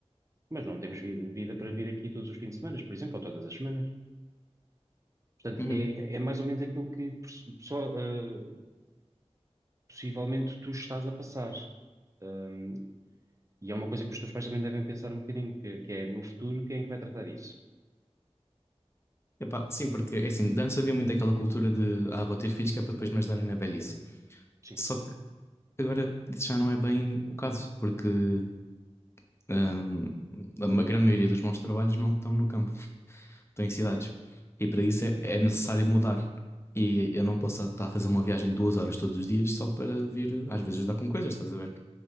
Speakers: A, on the right (about 30°); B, on the left (about 25°).
A: mas não temos vida, vida para vir aqui todos os fins de semana, por exemplo, ou todas as semanas. Portanto,
B: Uhum.
A: é, é mais ou menos aquilo que perso- pessoa- ah, possivelmente tu estás a passar. Hum, E é uma coisa que os teus pais também devem pensar um bocadinho, que, que é no futuro quem é que vai tratar isso?
B: Epá, sim, porque é assim, de antes havia muito aquela cultura de ah, vou ter filhos que é para depois me ajudarem na velhice.
A: Sim,
B: Só que agora isso já não é bem o caso, porque ahm, a ma- grande maioria dos bons trabalhos não estão no campo. Estou em cidades. E para isso é, é necessário mudar. E eu não posso estar a fazer uma viagem de duas horas todos os dias só para vir, às vezes, ajudar com coisas, estás a ver?